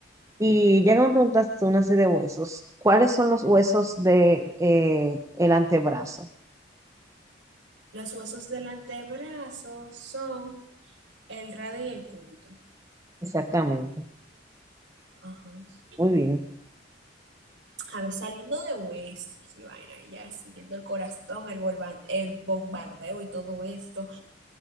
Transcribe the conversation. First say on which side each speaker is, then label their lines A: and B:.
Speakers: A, on the right; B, on the right.
A: Y ya que me preguntaste una así de huesos, ¿cuáles son los huesos de eh, el antebrazo?
B: Los huesos del antebrazo son el radio y el cúbito.
A: Exactamente.
B: Ajá.
A: Muy bien.
B: A ver, saliendo de huesos y vaina, y ya siguiendo el corazón, el, volvan- el bombardeo y todo esto.